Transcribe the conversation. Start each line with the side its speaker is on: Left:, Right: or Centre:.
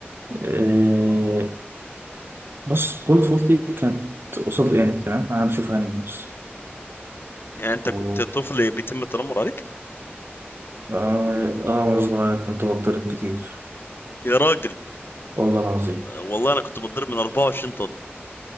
Right: آه، بص كل طفولتي كانت قصاد الانمي تمام انا بشوف انمي بس
Left: يعني انت
Right: أوه.
Left: كنت طفل بيتم التنمر عليك
Right: اه آه، وانا صغير كنت بتضرب كتير
Left: يا راجل
Right: والله العظيم
Left: آه، والله انا كنت بتضرب من 24 طالب